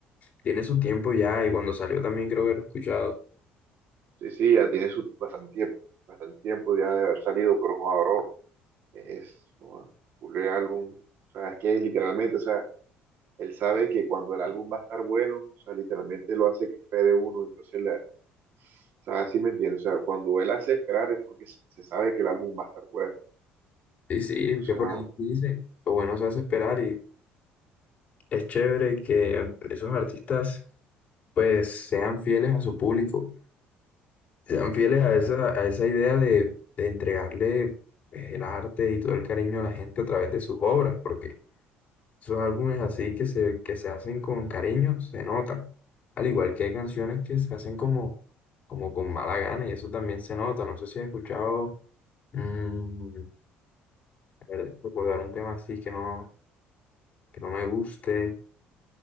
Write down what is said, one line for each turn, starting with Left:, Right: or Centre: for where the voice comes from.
Left: tiene su tiempo ya y cuando salió también creo haber escuchado.
Right: sí, sí, ya tiene su bastante, tiemp- bastante tiempo ya de haber salido, pero joder, bro, es un álbum. O sea, es que literalmente, o sea, él sabe que cuando el álbum va a estar bueno, o sea, literalmente lo hace que espere uno, entonces, la, o sea, así me entiendes, o sea, cuando él hace esperar es porque se, se sabe que el álbum va a estar bueno,
Left: Sí, sí,
Right: entonces,
Left: que por
Right: ah,
Left: ahí dicen, lo bueno se hace esperar y es chévere que esos artistas pues sean fieles a su público, sean fieles a
Right: exacto,
Left: esa, a esa idea de, de entregarle pues, el arte y todo el cariño a la gente a través de sus obras, porque esos álbumes así que se, que se hacen con cariño se notan, al igual que hay canciones que se hacen como, como con mala gana y eso también se nota, no sé si has escuchado, mm, a ver, recordar un tema así que no, que no me guste.